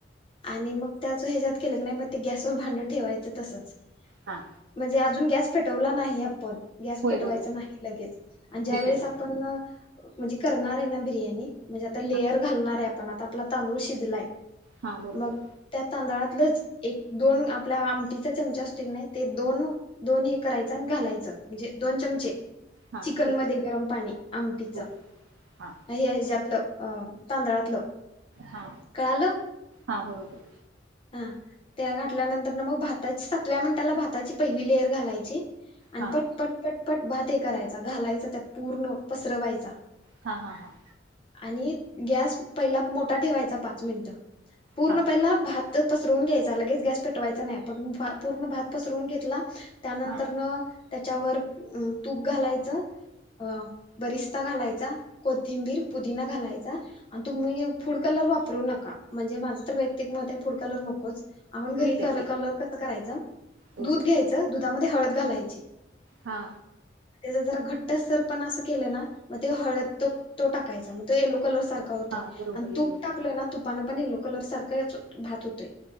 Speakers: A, on the left (about 30°); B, on the right (about 80°).
A: आणि मग त्याचं ह्याच्यात केलं क नाही मग ते गॅसवर भांडं ठेवायचं तसंच
B: हा
A: म्हणजे अजून गॅस पेटवला नाही आपण गॅस
B: होय
A: पेटवायच
B: बरोबर
A: नाही लगेच आणि ज्या
B: ठीक
A: वेळेस
B: आहे
A: आपण म्हणजे करणारे ना बिर्याणी म्हणजे आता लेअर
B: हा
A: घालणारे आ पण आता आपला तांदूळ शी जलाय
B: हा बरोबर
A: मग त्या तांदळात तलच एक दोन आपल्या आमटीचा चमचा असतोय कानाय ते दोन दोन हे करायच आणि घालायचं म्हणजे दोन चमचे
B: हा
A: चिकन
B: ठीक
A: मध्ये गरम पाणी आमटीच
B: हो
A: आणि
B: हा
A: ह्या ह्याचतलं अ तांदळातलं
B: हा
A: कळालं
B: हा बरोबर
A: हा त्या घातल्यानंतर मग भाताची सातव्या मिनिटाला भाताची पहिली लेयर घालायची आणि
B: हा
A: पट पट पट पट भात हे करायचा घालायचा त्यात पूर्ण पसरवायचा
B: हा हा हा
A: आणि गॅस पहिला मोठा ठेवायचा पाच मिनिट पूर्ण
B: हा
A: पहिला भात त पसरवून घ्यायचा लगेच गॅस पेटवायचा नाही पण पूर्ण भात पसरवून घेतला. त्यानंतर
B: हा
A: न त्याच्यावर तूप घालायचं, अ बरिस्ता घालायचा, कोथिंबीर, पुदिना घालायचा. आणि तुम्ही फूड कलर वा परू नका म्हणजे माझ तर वैयक्तिक मत आहे. फूड कलर नकोच आपण घरी
B: ठीक आहे
A: कर
B: ठीक
A: कलर कस करायच
B: ओके
A: दूध घ्यायचं दुधामध्ये हळद घालायची.
B: हा
A: त्याचा जरा घट्ट सर पणा अस केलं ना म ते हळद तो तो टाकायचा मग तो येलो कलर सारखं होतंय
B: हा बरोबर
A: आणि
B: येलो
A: तूप
B: कलर
A: टाकलं ना तुपानं पण येलो कलर सारखं <inaudible> भात होतय.